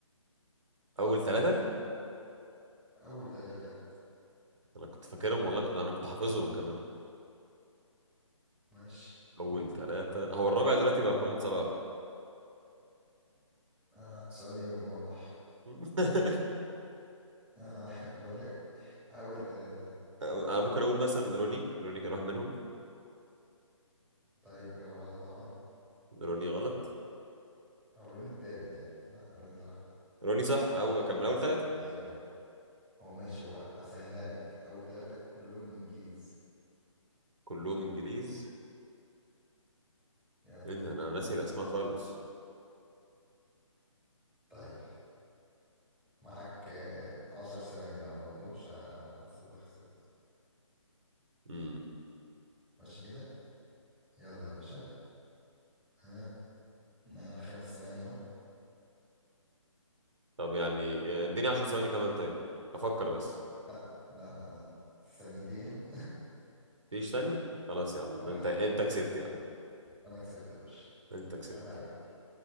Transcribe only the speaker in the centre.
آه. أول تلاتة
ماشي
قول
آه... سؤالي موضح
آه... <laughs> بقول لك أول تلاتة
طيب إجابة غلط طبعا
أوريني التالت يعني لا أوريني صح
أيوه هو ماشي هو اسهلها لك اول ثلاثة كلهم انجليزي
يلا
طيب معاك آه، عشر ثواني لو ما قلتهمش هحسبك خسرت
ماشي كده يلا يا باشا ها مع خمس ثواني اهو
لا لا لا لا ثانيتين
<laughs> واحد
انا كسبت يا باشا
عيب عليك